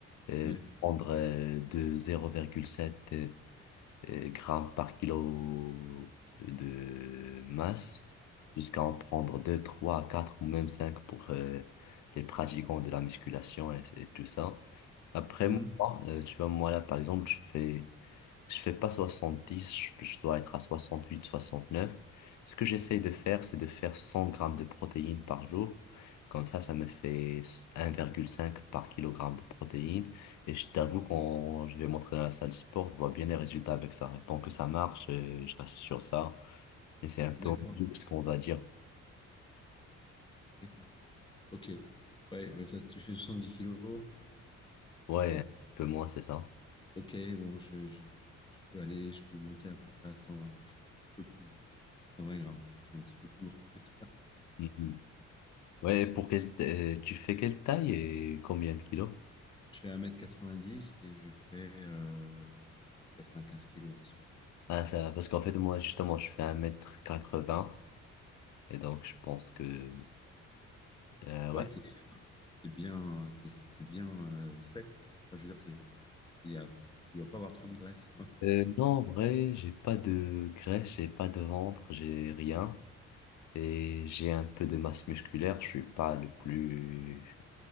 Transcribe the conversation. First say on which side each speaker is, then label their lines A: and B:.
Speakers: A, on the left (about 70°); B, on the left (about 15°).
A: euh,
B: Ouais.
A: prendre euh, de 0,7 euh, euh, grammes par kilo euh, de masse jusqu'à en prendre 2 3 4 ou même 5 pour euh, les pratiquants de la musculation et, et tout ça. Après,
B: Mhm.
A: moi, euh, tu vois, moi là, par exemple, je fais je fais pas 70, je, je dois être à soixante huit soixante neuf Ce que j'essaie de faire, c'est de faire 100 grammes de protéines par jour. Comme ça, ça me fait un virgule cinq par kilogramme de protéines. Et je t'avoue, quand je vais m'entraîner à la salle de sport, je vois bien les résultats avec ça. Tant que ça marche, euh, je reste sur ça. Et c'est un peu
B: D'accord.
A: ce qu'on va dire.
B: D'accord. Ok. Ouais, ouais, t'as- tu fais 70 kilos.
A: Ouais,
B: Bon.
A: un petit peu moins, c'est ça.
B: Ok, bon, je, je- je peux aller, je peux monter à peu près à 120. quoi. Je suis un petit peu plus. euh, 120 grammes. parce que Je suis un petit peu plus lourd que toi.
A: Mhm. Ouais, pour quelle, euh, tu fais quelle taille et combien de kilos?
B: Je fais 1m90 et je fais euh, 95 kilos en ce moment.
A: Ah, ça, parce qu'en fait, moi, justement, je fais un mètre quatre 80 Et donc, je pense que, euh, ouais.
B: Ouais, t'es, t'es bien, t'es, t'es bien euh, sec. Enfin, je veux dire, t'es, il y a, tu dois pas avoir trop de graisse. quoi.
A: Euh, non, en vrai, j'ai pas de graisse, j'ai pas de ventre, j'ai rien. Et j'ai un peu de masse musculaire. Je suis pas le plus